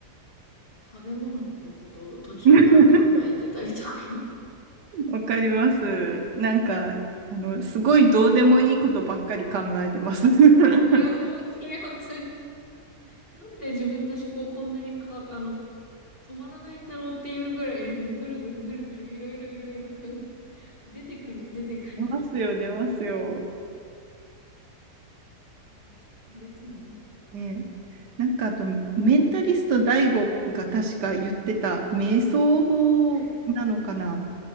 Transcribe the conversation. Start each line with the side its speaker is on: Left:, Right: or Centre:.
Left: 食べ物のことを途中から考えてたりとか。
Right: <laughs> わかります。なんか、あの、すごいどうでもいいことばっかり考えてます。<laughs>
Left: <laughs> いや、もうそれは辛なんで自分の思考こんなにか、あの、止まらないんだろうっていうぐらい、なんかぐるぐるぐるぐるいろいろいろいろ考え出てくる出てくる。
Right: 出ますよ、出ますよ。
Left: うん不思議ですね。
Right: ねなんかあと、メンタリストダイゴが確か言ってた瞑想法なのかな
Left: はい、